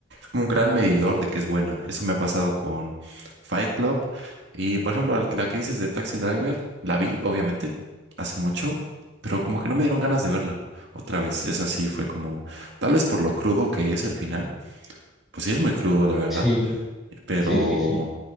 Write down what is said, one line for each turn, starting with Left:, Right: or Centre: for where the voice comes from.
Right: como un gran medidor de que es buena. Eso me ha pasado con Fight Club. Y por ejemplo, la, que la que dices de Taxi Driver, la vi, obviamente, hace mucho, pero como que no me dieron ganas de verla otra vez. Esa sí fue como, tal vez por lo crudo que es el final. Pues sí es muy crudo, la verdad,
Centre: sí,
Right: eh, pero,
Centre: sí, sí, sí.